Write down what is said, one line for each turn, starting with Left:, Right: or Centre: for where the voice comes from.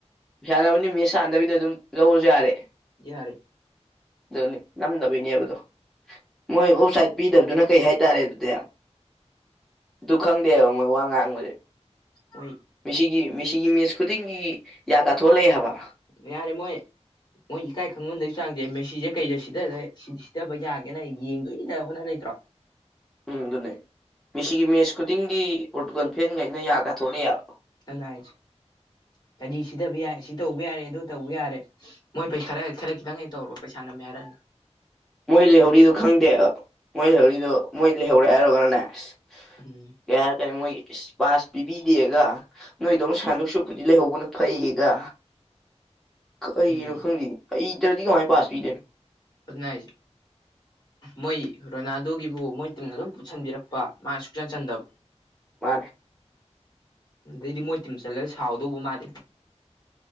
Centre: ꯄꯩꯁꯥ ꯅꯝꯕꯅꯤꯅ ꯃꯦꯠꯁ ꯁꯥꯟꯅꯕꯤꯗ ꯑꯗꯨꯝ ꯂꯧꯔꯖꯨ ꯌꯥꯔꯦ
Left: ꯌꯥꯔꯦ
Centre: ꯑꯗꯨꯅꯤ ꯅꯝꯗꯕꯩꯅꯦꯕꯗꯣ ꯃꯣꯏ ꯑꯣꯞ ꯁꯥꯏꯠ ꯄꯤꯗꯕꯗꯨꯅ ꯀꯩ ꯍꯥꯏ ꯇꯥꯔꯦ ꯑꯗꯨꯗꯤ ꯑꯗꯨ ꯈꯪꯗꯦꯕ ꯃꯣꯏ ꯋꯥ ꯉꯥꯡꯕꯖꯦ
Left: ꯍꯣꯏ
Centre: ꯃꯤꯁꯤꯒꯤ ꯃꯤꯁꯤꯒꯤ ꯃꯦꯠꯁ ꯈꯨꯗꯤꯡꯒꯤ ꯌꯥ ꯀꯥꯊꯣꯛꯑ ꯂꯩ ꯍꯥꯏꯕ
Left: ꯌꯥꯔꯦ ꯃꯣꯏ ꯃꯣꯏ ꯏꯀꯥꯏ ꯈꯪꯃꯟꯗꯕꯩ ꯆꯥꯡꯖꯦ ꯃꯦꯁꯤꯖꯦ ꯀꯩꯗ ꯁꯤ ꯁꯤꯊꯥꯕ ꯌꯥꯒꯦꯅꯥ ꯌꯦꯡꯗꯣꯏꯗꯥ ꯍꯣꯠꯅꯥ ꯂꯩꯇ꯭ꯔꯣ
Centre: ꯎꯝ ꯑꯗꯨꯅꯦ ꯃꯤꯁꯤꯒꯤ ꯃꯦꯠꯆ ꯈꯨꯗꯤꯡꯒꯤ ꯄꯣꯔꯇꯨꯒꯟ ꯐꯦꯟꯈꯩꯅ ꯌꯥ ꯀꯥꯊꯣꯛꯑ ꯂꯩ ꯍꯥꯢꯕ
Left: ꯑꯗꯨꯅꯦ ꯍꯥꯏꯁꯦ ꯀꯔꯤ ꯁꯤꯗꯕ ꯌꯥꯏ ꯁꯤ ꯇꯧꯕ ꯌꯥꯔꯦ ꯑꯗꯨ ꯇꯧꯕ ꯌꯥꯔꯦ ꯃꯣꯏ <unintelligible> ꯈꯔꯥ ꯈꯤꯇꯪ ꯍꯦꯛ ꯇꯧꯔꯨꯔꯕ ꯄꯩꯁꯥ ꯅꯝꯃꯦ ꯍꯥꯏꯔꯛꯑꯅꯤ
Centre: ꯃꯣꯏ ꯂꯩꯍꯧꯔꯤꯗꯣ ꯈꯪꯗꯦ ꯃꯣꯏ ꯂꯩꯍꯧꯔꯤꯗꯣ ꯃꯣꯏ ꯂꯩꯍꯧꯔꯦ ꯍꯥꯏꯔꯨꯔꯒꯅꯅꯦ ꯑꯁ
Left: ꯎꯝ
Centre: ꯀꯩ ꯍꯥꯏꯔꯛꯀꯅꯤ ꯃꯣꯏꯒꯤ ꯏꯁ ꯄꯥꯥꯁ ꯄꯤꯕꯤꯗꯦꯒ ꯅꯣꯏꯗꯧꯅ ꯁꯥꯟꯗꯣꯛ ꯁꯨꯛꯄꯨꯗꯤ ꯂꯩꯍꯧꯕꯅ ꯐꯩꯌꯦꯒ ꯀꯩꯅꯣ
Left: ꯎꯝ
Centre: ꯈꯪꯗꯦ ꯍꯩꯇ꯭ꯔꯗꯤ ꯀꯃꯥꯏ ꯄꯥꯁ ꯄꯤꯗꯣꯏꯅꯣ
Left: ꯗꯨꯅꯦ ꯍꯥꯏꯁꯦ꯫
Centre: <inaudible>
Left: ꯃꯣꯏ ꯔꯣꯅꯥꯜꯗꯣꯒꯤꯕꯨ ꯃꯣꯏ ꯇꯤꯝꯅ ꯑꯗꯨꯝ ꯄꯨꯁꯟꯕꯤꯔꯛꯄ ꯃꯥ ꯁꯨꯛꯆꯟ ꯆꯟꯗꯕ
Centre: ꯃꯥꯅꯦ
Left: ꯑꯗꯩꯗꯤ ꯃꯣꯏ ꯇꯤꯝ ꯆꯜꯂꯒ ꯁꯥꯎꯗꯧꯕ ꯃꯥꯗꯤ